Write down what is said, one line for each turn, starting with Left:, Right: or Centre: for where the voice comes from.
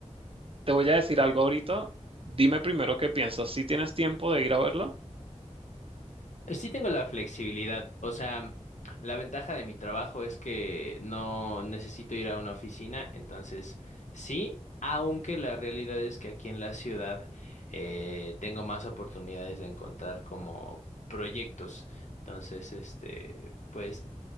Right: te voy a decir algo ahorita. Dime primero qué piensas, si tienes tiempo de ir a verla?
Left: Sí tengo la flexibilidad. O sea, la ventaja de mi trabajo es que no necesito ir a una oficina. Entonces, sí, aunque la realidad es que aquí en la ciudad eh, tengo más oportunidades de encontrar como proyectos. Entonces, este, pues